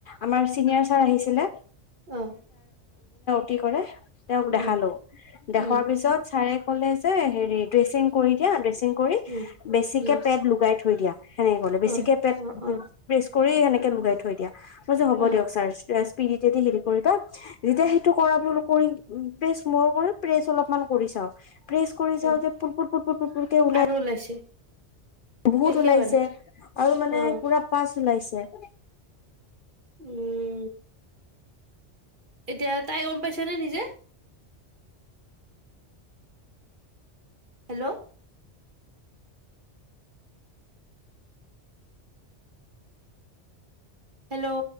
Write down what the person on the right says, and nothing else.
অ
উম
উম
উম
উম
অ
অ অ
অ
অ
আৰু ওলাইছে
শেষে
হোৱা নাই
অ
উম। এতিয়া তাই গম পাইছে নে নিজে হেল্ল', হেল্ল',